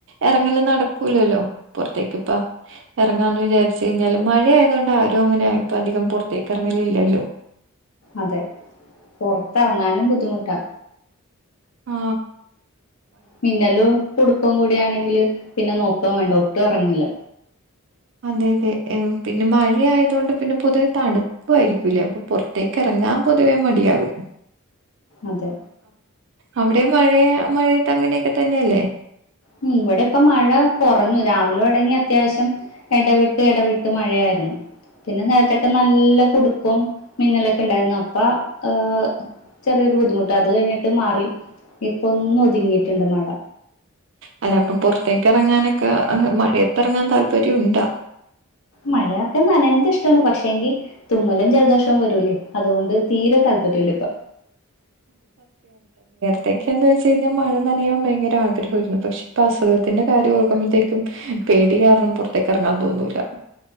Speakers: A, on the right; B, on the left.
A: ഇറങ്ങല് നടക്കൂലല്ലോ പുറത്തേക്കിപ്പ ഇറങ്ങാന്ന് വിചാരിച്ച കഴിഞ്ഞാല് മഴ ആയത കൊണ്ട് ആരും അങ്ങനെ ഇപ്പ അധികം പുറത്തേക്ക് ഇറങ്ങലില്ലല്ലോ
B: അതെ പുറത്തിറങ്ങാനും ബുദ്ധിമുട്ടാ
A: ആ
B: മിന്നലും കുടുക്കം കൂടിയാണ് ണെങ്കില് പിന്നെ നോക്കോ വേണ്ട ഒട്ടും ഒറങ്ങില്ല
A: അതെ അതെ പിന്നെ മഴ ആയതൊണ്ട് പിന്നെ പൊതുവെ തണുപ്പായിരിക്കൂലേ അപ്പൊ പുൊറത്തേക്ക് ഇറങ്ങാൻ പൊതുവേ മടിയകും.
B: അതെ
A: അവിടെ മഴയ മഴത്ത് അങ്ങനെയൊക്കെ തന്നെയല്ലേ
B: ഉ ഇവിടെ ഇപ്പ മഴ കുറഞ്ഞു രാവിലെ ഉടങ്ങി അത്യാവശ്യം എടവിട്ട് എടവിട്ട് മഴയായിരുന്നു. പിന്നെ നേരത്തൊക്കെ നല്ല കുടുക്കം മിന്നലൊക്കെ ഇണ്ടായിരുന്നു. അപ്പ ഏർ ചെറിയൊരു ബുദ്ധിമുട്ട് അത് കഴിഞ്ഞിട്ട് മാറി ഇപ്പ ഒന്ന ഒതുങ്ങിട്ടുണ്ട് മഴ.
A: അല്ല അപ്പൊ പുറത്തേക്ക് ഇറങ്ങാനൊക്കെ മഴയത്ത് ഇറങ്ങാൻ താല്പര്യംണ്ടാ
B: മഴയൊക്കെ നനയന്ത ഇഷ്ടമാണപക്ഷേെങ്കി തുമ്മലും ജലദോഷവും വരൂലേ അതുകൊണ്ട് തീരെ താല്പര്ംല്ല ഇപ്പ
A: ഇവിടെയെക്കെന്ന്വെച്ച് കഴിഞ്ഞാൽ മഴ നനയാൻ ഭയങ്കര ആഗ്രഹമായിരുന്നു. പക്ഷെ ഇപ്പോ അസുഖത്തിന്റെ കാര്യ ഓർക്കുമ്പോഴത്തേക്കും പേടി കാരണം പുറത്തേക്ക് ഇറങ്ങാൻ തോന്നൂല്ല